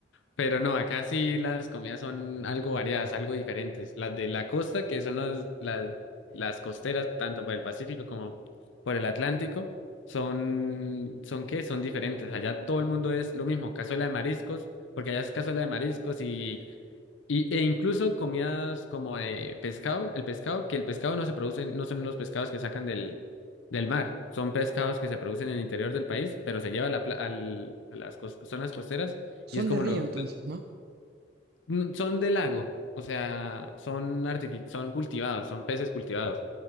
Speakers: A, on the left (about 85°); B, on the right (about 55°).
A: Pero no, acá sí las comidas son algo variadas, algo diferentes. Las de la costa, que son las, las, las costeras, tanto por el Pacífico como por el Atlántico, son, son ¿qué? Son diferentes. Allá todo el mundo es lo mismo, cazuela de mariscos, porque allá es cazuela de mariscos y y, e incluso comidas como de pescado, el pescado, que el pescado no se produce, no son los pescados que sacan del, del mar, son pescados que se producen en el interior del país, pero se lleva a, la pla- al- a las cos- zonas costeras
B: Son
A: y es como
B: de Río,
A: lo,
B: entonces, ¿no?
A: n- son de lago, o sea, son artifi- son cultivados, son peces cultivados.